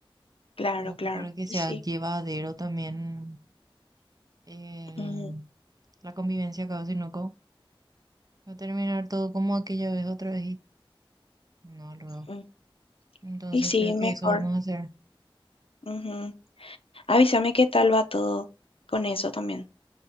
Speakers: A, on the left; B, on the right.
A: Claro,
B: Como
A: claro.
B: que para que
A: Y
B: sea
A: sí.
B: llevadero también el-
A: ujú,
B: la convivencia acá, sino como va a terminar todo como aquella vez otra vez y no luego.
A: ujú.
B: Entonces
A: Y sí,
B: creo
A: mejor.
B: que eso vamos a hacer.
A: ujú. Avísame qué tal va todo con eso también.